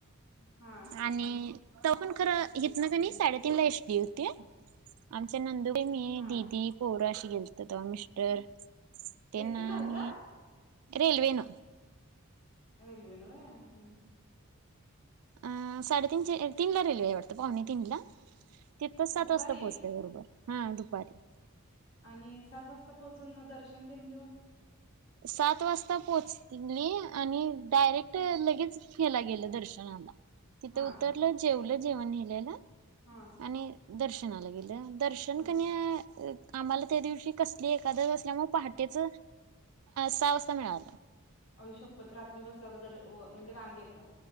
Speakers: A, on the left; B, on the right.
A: हा
B: आणि तेव्हा पण खर इथन कणय साडे तीन ला एस टी होती. आमच्या नंदुबाई, मी,
A: हा
B: दीदी, पोर अशी गेलतो तेव्हा मिस्टर. त्यांना
A: एसटी न आलता
B: आणि रेल्वेन.
A: रेल्वे न व्हय हम्म
B: अ साडेतीन ची, तीन ला रेल्वे आहे वाटत पाउणे तीन ला तिथ सात
A: दुपारी
B: वाजता पोहचते बरोबर. हां दुपारी
A: आणि सात वाजता पोहोचून मग दर्शन तेन घेऊन
B: सात वाजता पोहोचली आणि डायरेक्ट लगेच ह्याला गेल दर्शनाला. तिथ
A: हा
B: उतरल जेवल जेवण नेलेल
A: हा
B: आणि दर्शनाला गेलो. दर्शन
A: हा
B: कनाय आम्हाला त्या दिवशी कसली एकादस असल्यामुळे पहाटेच सहा वाजता मिळाल.
A: आई शप्पत रात्री बसला होतात म्हणजे रांगेत.